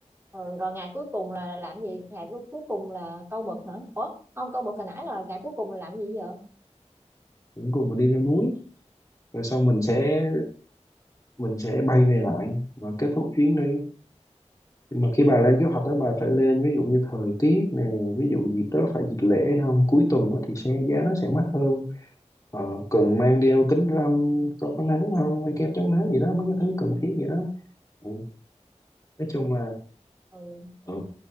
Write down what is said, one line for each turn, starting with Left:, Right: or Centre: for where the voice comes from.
Right: ừ, rồi ngày cuối cùng là làm gì ngày cuối cuối cùng là câu mực hả ủa không câu mực hồi nãy là ngày cuối cùng là làm gì vậy
Left: mình cùng mình đi leo núi rồi sau mình sẽ mình sẽ bay về lại và kết thúc chuyến đi Nhưng mà khi bà lên kế hoạch đó bà phải lên ví dụ như thời tiết nè ví dụ dịp đó phải dịp lễ không cuối tuần đó thì xe giá nó sẽ mắc hơn ờ, cần mang đeo kính râm có có nắng không hay kem chống nắng gì đó mấy cái thứ cần thiết gì đó ừ. nói chung là
Right: ừ
Left: ừ.